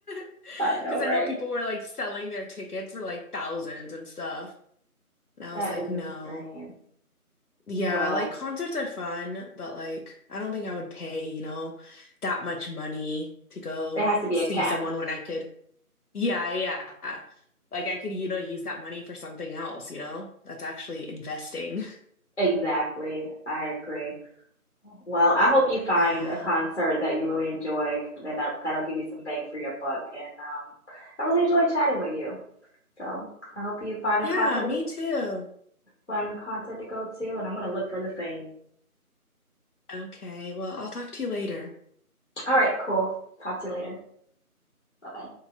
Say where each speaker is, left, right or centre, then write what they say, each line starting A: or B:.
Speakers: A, on the left (about 75°); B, on the left (about 50°).
A: <laughs>
B: I know,
A: because
B: right?
A: I know people were like selling their tickets for like thousands and stuff. And I
B: That
A: was like,
B: is
A: no.
B: insane.
A: Yeah,
B: Well,
A: like concerts are fun, but like I don't think I would pay, you know, that much money to go
B: there has to be
A: see
B: a cap.
A: someone when I could. Yeah, yeah. Like I could, you know, use that money for something else, you know? That's actually investing. <laughs>
B: Exactly. I agree. Well, I hope you find
A: Yeah.
B: a concert that you really enjoy, and that that'll give you some bang for your buck. And um, I really enjoy chatting with you. So I hope you find
A: Yeah,
B: the concert,
A: me
B: a
A: too.
B: fun concert to go to, and I'm gonna look for the same.
A: Okay, well, I'll talk to you later.
B: All right, cool. Talk to you later. Bye bye.